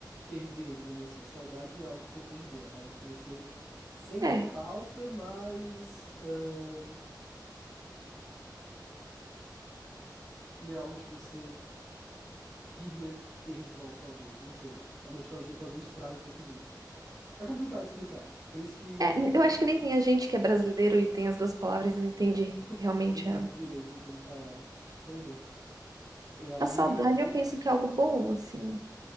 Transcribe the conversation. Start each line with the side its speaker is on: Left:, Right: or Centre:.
Centre: perdeu, digamos assim. A saudade não é algo que você perdeu, é algo que você sente
Right: É.
Centre: falta, mas ahn, não é algo que você queria ter de volta, talvez. Não sei. A nostalgia talvez traga um pouco disso, sabe? É complicado de explicar. Por isso que,
Right: É,
Centre: enfim,
Right: eu acho que nem a gente que é brasileiro e tem as duas palavras entende realmente
Centre: <laughs> entende
Right: a
Centre: direito como falar, né? Pois é. E aí.
Right: A saudade eu penso que é algo bom, assim.